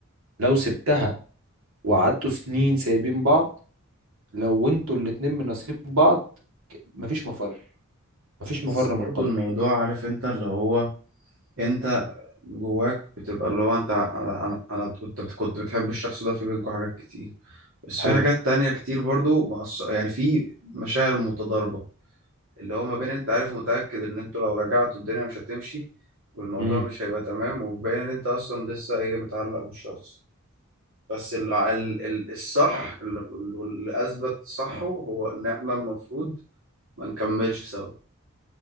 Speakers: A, on the right; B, on the right.
A: لو سبتها وقعدتوا سنين سايبين بعض لو انتوا الاتنين من نصيب بعض مفيش مفر مفيش
B: بس
A: مفر
B: برضه
A: من القدر
B: الموضوع عارف انت اللي هو انت جواك بتبقى اللي هو انت انا انا أنا كنت كنت بتحب الشخص ده في بينكم حاجات كتير بس
A: حلو
B: في حاجات تانية كتير برضو معص... يعني في مشاعر متضاربة اللي هو ما بين انت عارف ومتأكد ان انتوا لو رجعتوا الدنيا مش هتمشي والموضوع
A: امم
B: مش هيبقى تمام وبين ان انت اصلا لسه ايه متعلق بالشخص بس ال... ال... ال- الصح ال- ال- واللي اثبت صحه هو ان احنا المفروض ما نكملش سوا